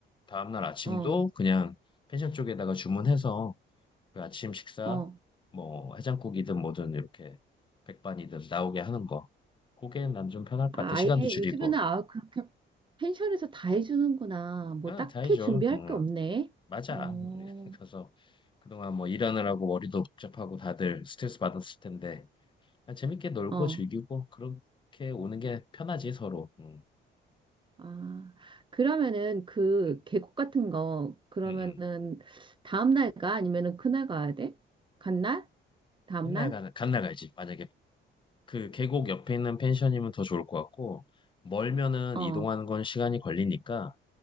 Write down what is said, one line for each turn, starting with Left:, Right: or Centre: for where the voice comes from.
Left: 다음날 아침도
Right: 어,
Left: 그냥 펜션 쪽에다가 주문해서 그 아침 식사
Right: 어.
Left: 뭐 해장국이든 뭐든 이렇게 백반이든 나오게 하는 거. 그게 난 좀 편할 것
Right: 아,
Left: 같아. 시간도
Right: 아예
Left: 줄이고.
Right: 요즘에는 아, 그렇게 펜션에서 다 해주는구나. 뭐
Left: 아,
Right: 딱히
Left: 다이죠.
Right: 준비할
Left: 음.
Right: 게 없네.
Left: 맞아.
Right: 어,
Left: 우리 <laughs> 그래서 그동안 뭐 일하느라고 머리도 복잡하고 다들 스트레스 받았을 텐데 아, 재밌게 놀고
Right: 어.
Left: 즐기고 그렇게 오는 게 편하지 서로. 음,
Right: 아, 그러면은 그
Left: 음,
Right: 계곡 같은 거 그러면은
Left: 음, 음.
Right: 다음 날 가? 아니면은 그날 가야 돼? 간날? 다음
Left: 간날
Right: 날?
Left: 가, 간날 가지. 만약에 그 계곡 옆에 있는 펜션이면 더 좋을 것 같고 멀면은
Right: 어.
Left: 이동하는 건 시간이 걸리니까